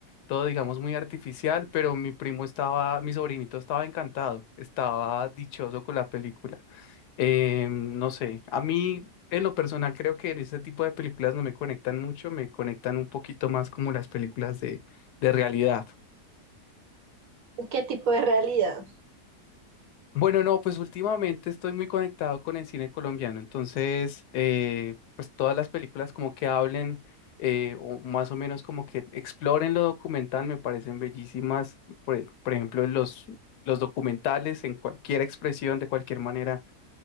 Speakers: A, on the left; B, on the right.
A: todo, digamos, muy artificial, pero mi primo estaba, mi sobrinito estaba encantado, estaba dichoso con la película. Eh, no sé, a mí en lo personal creo que en ese tipo de películas no me conectan mucho, me conectan un poquito más como las películas de, de realidad.
B: ¿Qué tipo de realidad?
A: Bueno, no, pues últimamente estoy muy conectado con el cine colombiano, entonces, eh, pues todas las películas como que hablen eh, o más o menos como que exploren lo documental me parecen bellísimas. Por, e- por ejemplo, los, los documentales en cualquier expresión, de cualquier manera,